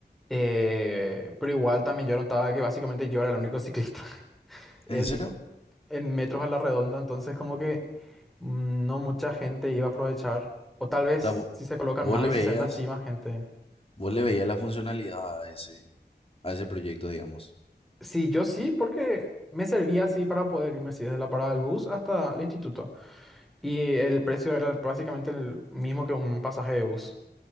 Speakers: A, in the centre; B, on the left.
A: Eh, pero igual también yo notaba que básicamente yo era el único ciclista <laughs>
B: ¿En
A: en,
B: serio?
A: en metros a la redonda, entonces como que mm, no mucha gente iba a aprovechar. O tal vez
B: O sea, vo-
A: si se colocan
B: vos
A: más
B: le
A: bicisendas,
B: veías,
A: sí, más gente.
B: vos le veías la funcionalidad a ese, a ese proyecto, digamos.
A: Sí, yo sí, porque me servía así para poder irme así desde la parada del bus hasta el instituto. Y el precio era básicamente el mismo que un pasaje de bus.